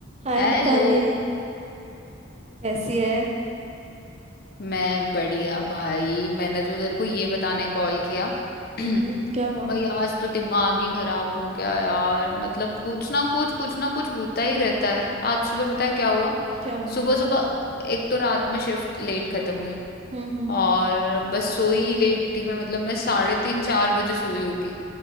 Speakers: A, on the right; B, on the left.
A: हाय
B: Hello
A: मिताली कैसी है
B: मैं बढ़िया भाई मैंने तो तेरे को ये बताने कॉल किया <clears throat>
A: हम्म क्या हुआ
B: भाई आज तो दिमाग ही खराब हो गया यार मतलब कुछ ना कुछ कुछ ना कुछ होता ही रहता है आज सुबह पता है क्या हुआ
A: क्या हुआ
B: सुबह सुबह एक तो रात में शिफ्ट लेट खत्म हुई
A: हम्म हम्म
B: और बस सोई लेट थी मैं मतलब मैं साढ़े तीन चार बजे सोई होगी